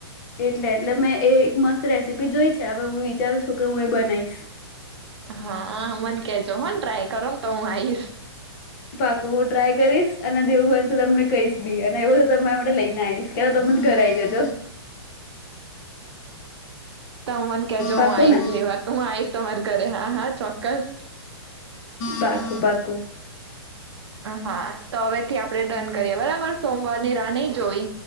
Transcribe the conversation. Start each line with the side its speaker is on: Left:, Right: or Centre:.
Left: એટલે એટલે મેં એ એક મસ્ત રેસીપી જોઈ છે હવે હું એ વિચારું છું કે હું એ બનાવીશ.
Right: હા હા મને કેજો હો ને ટ્રાય કરો ને તો હું આવીશ.
Left: પાકુ હું ટ્રાય કરીશ અને જેવું બનશે તમને કહીશ બી અને એવું તમારા માટે લઈને આઈશ. કે તમે જ ઘર આઈ જજો.
Right: તમ મને કેજો
Left: પાકું
Right: હું આઈશ
Left: ને
Right: લેવા હું આઈશ તમારી ઘરે હા હા ચોક્કસ.
Left: પાકું પાકું.
Right: હા. તો હવે થી આપડણે ડન કરીએ બરાબર સોમવાર ની રાહ નહી જોવી